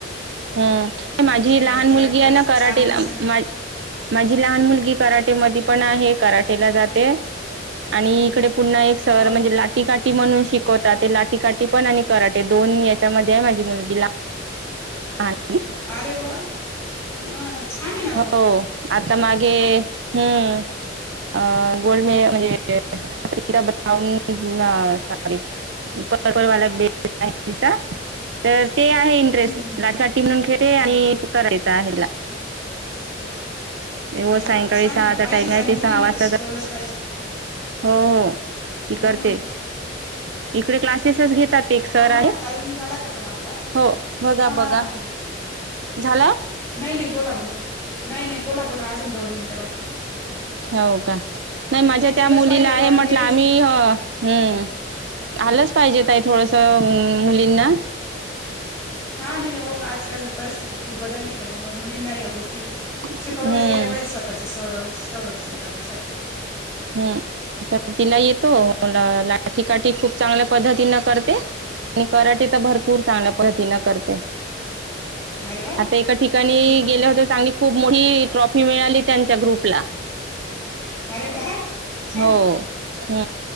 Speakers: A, on the right; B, on the left.
A: हम माझी
B: खेळण्याचा
A: लहान मुलगी
B: किंवा
A: आहे
B: चार
A: ना कराटेला
B: माणसांना
A: माझी लहान मुलगी कराट म पण आहे कराठेला जाते आणि इकडे पुन्हा एक सर
B: हो हो
A: म्हणजे ला. लाटी काठी म्हणून शिकवतात ते लाटी काठी पण आणि. कराटे दोन याच्यामध्ये आहे माझी मुलगी लहान मुलगी.
B: आरे वा अ छान आहे ना
A: हो आता मागे हम्म. अ गोल्ड मे म्हणजे ब्राऊन साडी. परपल वाला बेल्ड आहे तिचा. तर ते आहे
B: हम्म
A: इंटरेस्ट
B: हम्म हम्म
A: लाटीकाटी पण खेळते आणि कराटे चा आहे तीला हो
B: अरे
A: सायंकाळी
B: वा छान
A: सहाचा
B: आहे ना पाहिजेच
A: टाइम आहे
B: आणि
A: ते सहा
B: मुलींना
A: वाजताचा
B: तर शिकवलंच पाहिजे
A: हो हो ती करते
B: हं
A: इकडे क्लासेसच घेतात ते एक सर
B: थांबा
A: आहेत
B: ना टायमिंग झाला का पण आपला
A: हो बघा
B: हा हा
A: बघा
B: हा हा.
A: झाल
B: नाही नाही बोला नाही नाही बोला बोला अजून दोन मिनिटं बाकीहेत
A: हो का नाही माझ्या
B: ते केलंच
A: त्या मुलीला
B: पाहिजे
A: आहे
B: हो आणि
A: म्हटलं
B: लेडीजला
A: आम्ही हू आलंच पाहिजे
B: हम्म
A: ताई थोडस मुलींना
B: हा नाही हो आजकाल परिस्थिती खूप बदलली त्याच्यामुळे मुलींना ह्या गोष्टी शिकवल्याच
A: हम्म
B: गेल्या पाहिजे स्वतःच संरक्षण करण्यासाठी
A: हू तर तिला येतो मग लाठी काठी खूप चांगल्या पद्धतीन करते आणि कराटे
B: हम्म
A: तर भरपूर चांगल्या पद्धतीन करते
B: अरे वा
A: आता एका ठिकाणी
B: गुड
A: गेल्या होत्या चांगली खूप मोठी ट्रॉफी मिळाली त्यांच्या ग्रुपला
B: अरे वा छान
A: हो हू